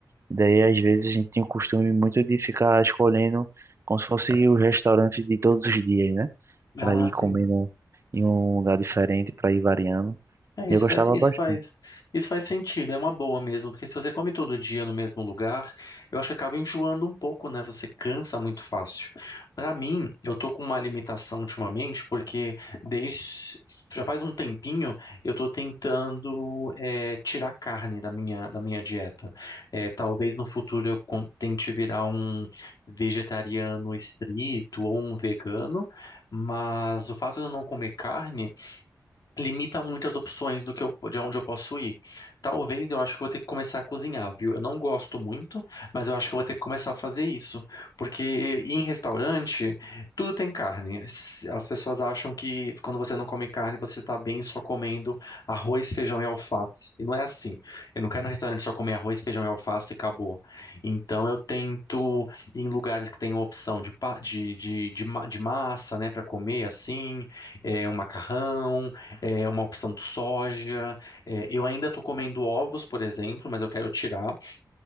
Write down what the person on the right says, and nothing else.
Daí, às vezes, a gente tem o costume muito de ficar escolhendo como se fosse os restaurantes de todos os dias, né?
Para ir comendo
em um lugar diferente, para ir variando.
E
eu gostava
bastante.